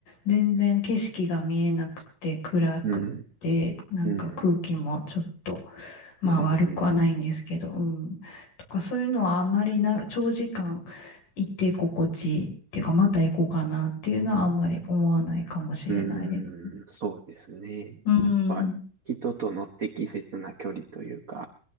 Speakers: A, on the left; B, on the right.
A: 全然景色が見えなくて、暗くて、
B: うん、
A: なんか空気もちょっと、
B: うん、
A: まあ悪くはないんですけど、
B: うん、うん、
A: うん。とか、そういうのはあんまりな、長時間行って心地いいっていうか、また行こうかなっていうのはあんまり思わないかもしれないですね。
B: うん、そうですね。
A: うん。
B: やっぱ、人との適切な距離というか、